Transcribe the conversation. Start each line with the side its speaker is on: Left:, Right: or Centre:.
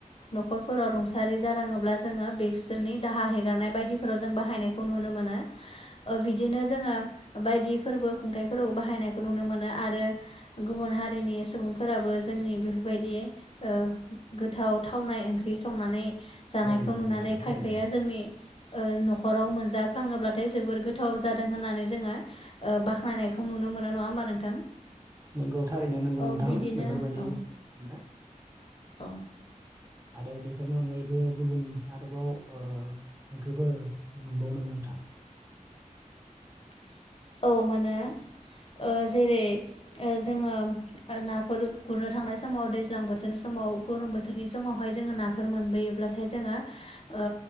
Left: नखरफोराव रुंसारि जाराङोब्ला जोङो बे फिसोरनि दाहा हेगारनाय बायदिफोराव जों बाहायनायखौ नुनो मोनो ओ बिदिनो जोङो बायदि फोरबो खुंथाइ फोराव बाहायनायखौ नुनो मोनो आरो गुबुन हारिनि सुबुंफोराबो जोंनि बे बायदि ओ गोथाव थावनाय ओंख्रि संनानै जानायखौ
Right: औ नंगौ
Left: नुनानै
Right: नोंथां
Left: खायफाया
Right: थारैनो
Left: जोंनि ओ नखराव मोनजाफ्लाङोब्ला थाय जोबोर गोथाव जादों होननानै जोङो ओ बाख्नायनायखौ नुनो मोनो नङा होमबा नोंथां?
Right: नोंगौ थारैनो नोंगौ
Left: औ
Right: नोंथां
Left: बिदिनो
Right: बेफोरबायदिनो
Left: औ औ
Right: आरो बेफोरनि अनगायैबो गुबुन आरोबाव ओ ओंख्रिफोर मोनबावो नामा नोंथां?
Left: <inaudible> औ मोनो। ओ जेरै ओ जोङो ओ नाफोर गुरनो थांनाय समाव दैज्लां बोथोर सम माव गरम बोथोरनि समावहाय जोङो ना फोर मोनबोयोब्लाथाय जोङो ओ